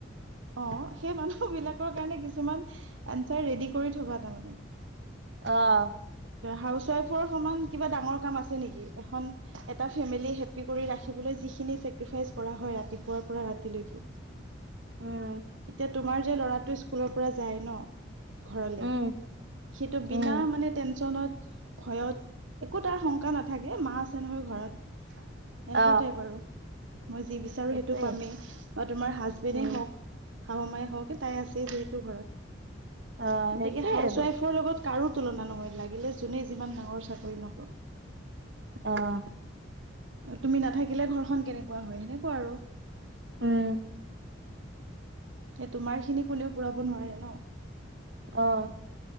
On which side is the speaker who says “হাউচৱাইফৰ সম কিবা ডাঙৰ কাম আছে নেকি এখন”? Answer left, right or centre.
Right